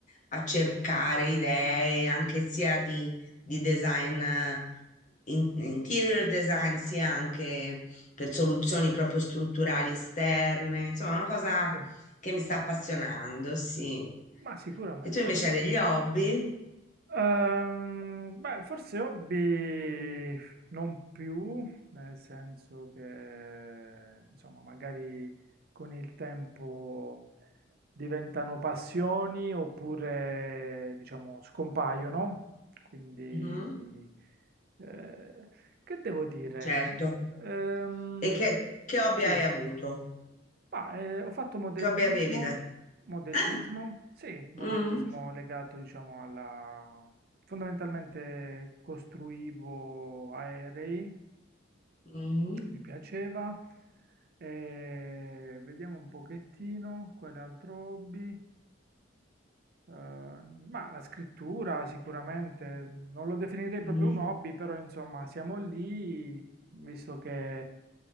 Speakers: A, on the left; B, on the right.
A: a cercare idee anche sia di, di design, eh, in- interior design, sia anche per soluzioni proprio strutturali esterne. Insomma, è una cosa
B: sì,
A: che mi sta appassionando, sì.
B: ma sicuramente.
A: E tu invece hai degli hobby?
B: Ehm, beh, forse hobby non più, nel senso che, insomma, magari con il tempo diventano passioni oppure, diciamo, scompaiono. Quindi,
A: Mhm,
B: eh, che devo dire?
A: certo.
B: Ehm,
A: E che, che hobby
B: sì,
A: hai avuto?
B: ma eh, ho fatto modellismo,
A: Che hobby avevi da...
B: modellismo,
A: Ah!
B: sì, modellismo
A: Mm,
B: legato, diciamo, alla... Fondamentalmente costruivo aerei,
A: mm,
B: mi piaceva. Eh, vediamo un pochettino, quale altro hobby? Eh, ma la scrittura sicuramente, non lo definirei proprio
A: mm.
B: un hobby, però insomma siamo lì, visto che eh,